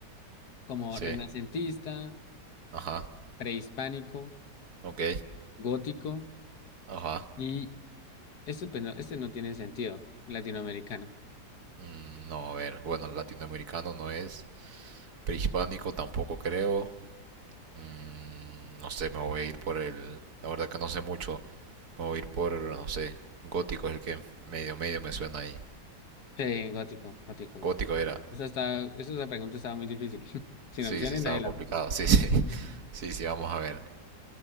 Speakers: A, on the left; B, on the right.
A: como
B: Sí,
A: renacentista,
B: ajá,
A: prehispánico,
B: ok,
A: gótico
B: ajá.
A: y esto, pues, no, este no tiene sentido, latinoamericano.
B: Mm, no, a ver, bueno, latinoamericano no es, prehispánico tampoco creo, Mm, no sé, me voy a ir por el, la verdad que no sé mucho, me voy a ir por, no sé, gótico es el que medio medio me suena ahí.
A: Sí, gótico, gótico, gótico.
B: Gótico era,
A: Esa, está, esa esa pregunta estaba muy difícil. <laughs> Sin
B: sí,
A: opciones,
B: sí, estaba
A: nadie la...
B: complicado, sí, sí, <laughs> sí, sí, vamos a ver.